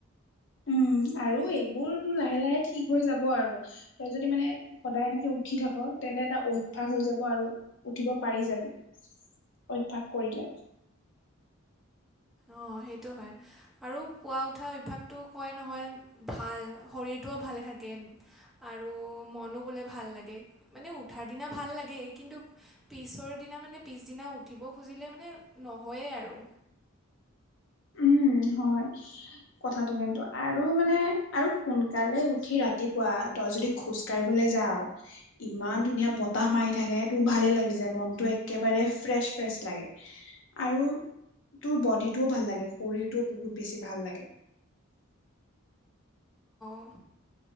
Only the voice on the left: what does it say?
উম আৰু এইবোৰতো লাহে লাহে ঠিক হৈ যাব আৰু। তই যদি মানে সদায় এনেকে উঠি থাক তেন্তে এটা অভ্যাস হৈ যাব আৰু উঠিব পাৰি যাবি অভ্যাস কৰিলে।
উম হয় কথাটো কিন্তু, আৰু মানে আৰু সোনকালে উঠি ৰাতিপুৱা, তই যদি খোজ কাঢ়িবলে যাও ইমান ধুনীয়া বতাহ মাৰি থাকে তোৰ ভালে লাগি যায়, মনটো একেবাৰে ফ্ৰেচ-ফ্ৰেছ লাগে। আৰু তোৰ বডিটোও ভাল লাগে শৰীৰটোও বহুত বেছি ভাল লাগে।